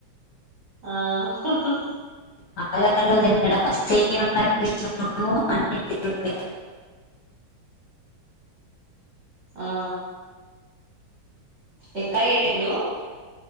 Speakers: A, on the right (about 45°); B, on the left (about 65°).
A: ఆ హ్ హ్
B: అ <unintelligible> <inaudible>
A: ఆ ఎక్క ఏటేబులూ